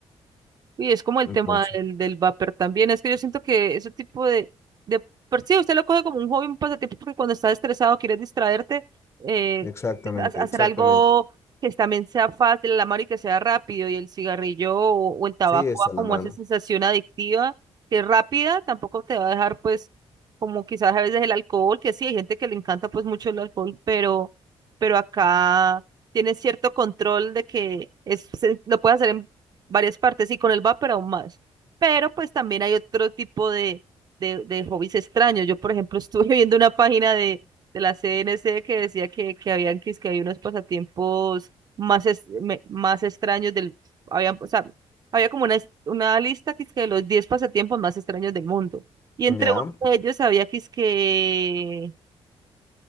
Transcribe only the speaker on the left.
Entonces,
exactamente,
exactamente.
Sí, está
a
la mano.
Ya,